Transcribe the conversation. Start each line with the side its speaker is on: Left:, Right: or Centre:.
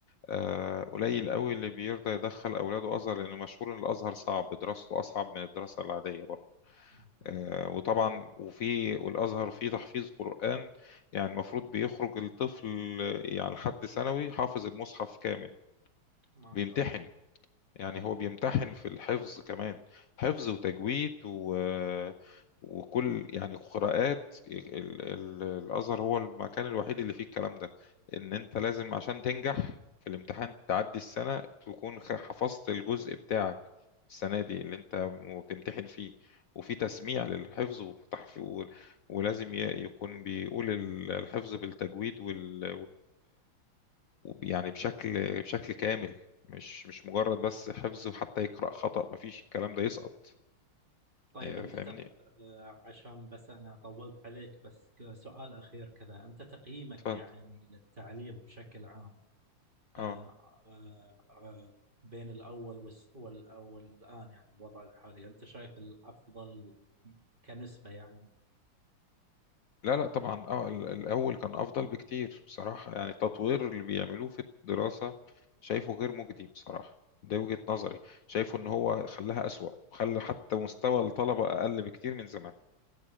Left: آه، قليل قوي اللي بيرضى يدخل اولاده ازهر لانه مشهور ان الازهر صعب دراسته اصعب من الدراسه العاديه برضه
Right: مهم.
Left: آه، وطبعا وفي والازهر فيه تحفيظ قران يعني المفروض بيخرج الطفل يعني لحد ثانوي حافظ المصحف كامل
Right: ما
Left: بيمتحن
Right: شاء الله
Left: يعني
Right: مم.
Left: هو بيمتحن في الحفظ كمان حفظ وتجويد و... وكل يعني قراءات ال... ال... الأزهر هو المكان الوحيد اللي فيه الكلام ده إن أنت لازم عشان تنجح في الامتحان تعدي السنة تكون خ- حفظت الجزء بتاعك السنة دي اللي أنت بتمتحن فيه وفي تسميع للحفظ وتحفيظ ولازم ي- يكون بيقول ال- الحفظ بالتجويد وال... يعني بشكل بشكل كامل مش مش مجرد بس حفظ وحتى يقرأ خطأ مفيش الكلام ده يسقط
Right: طيب
Left: آه،
Right: أنت
Left: فاهمني
Right: تق... آه، عشان بس أنا طولت عليك بس ك- سؤال أخير كذا أنت تقييمك
Left: اتفضل
Right: يعني للتعليم بشكل عام
Left: اه
Right: آه، آه، آه، بين الأول والس- وال- والآن يعني الوضع الحالي أنت شايف الأفضل كنسبة يعني
Left: لا لا طبعا اه ال- الاول كان افضل بكتير بصراحة يعني التطوير اللي بيعملوه في الدراسة شايفه غير مجدي بصراحة ده وجهة نظري شايفه ان هو خلاها اسوأ خلى حتى مستوى الطلبة اقل بكتير من زمان